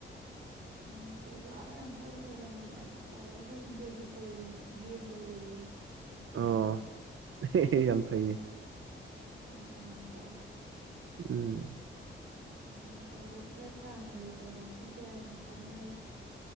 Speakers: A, on the right (about 60°); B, on the right (about 85°).
A: ꯎꯝ ꯎ ꯋꯥꯒ ꯌꯥꯝ ꯍꯧꯔꯒ ꯂꯝꯒꯗꯣ ꯌꯥꯝ ꯆꯥꯎ ꯆꯥꯎ ꯂꯩꯔꯒ ꯍꯣꯏ ꯍꯤꯡꯒꯣꯜꯒ ꯀꯣꯏꯌꯦ ꯌꯦꯟꯒ ꯂꯣꯏꯔꯤꯌꯦ
B: ꯑꯣ <unintelligible> ꯌꯥꯝ ꯐꯩꯌꯦ
A: ꯍꯣꯏ ꯂꯝ ꯌꯥꯝ ꯆꯥꯎꯋꯤ
B: ꯎꯝ
A: ꯑꯗꯩ ꯑꯗꯨꯗ ꯈꯔ ꯁꯥꯡꯅ ꯂꯩꯊꯕꯒꯤ ꯀꯥꯏꯅ ꯈꯟꯅꯔꯤꯕꯅꯤ